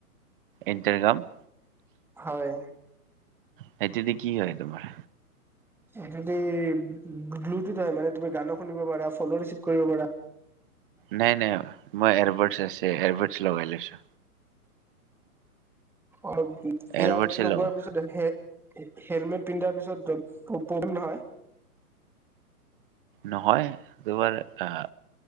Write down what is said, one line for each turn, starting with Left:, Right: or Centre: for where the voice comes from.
Right: ইণ্টাৰগাম
Centre: হয়
Right: সেইটো দি কি হয় তোমাৰ,
Centre: সেইটোদি ব্লুটুথ হয় মানে তুমি গানো শুনিব পাৰা ফোনো ৰিচিভ কৰিব পাৰা,
Right: নাই নাই মই এয়াৰবাতচ আছে এয়াৰবাতছ লগাই লৈছো,
Centre: অলপ এয়াৰবাতচ
Right: এয়াৰবাডছে
Centre: লগোৱাৰ
Right: লগোৱা
Centre: পিছত সে হে হেলমেট পিন্ধাৰ পিছত প্ৰব প্ৰব্লেম নহয়?
Right: নহয় তোমাৰ আহ,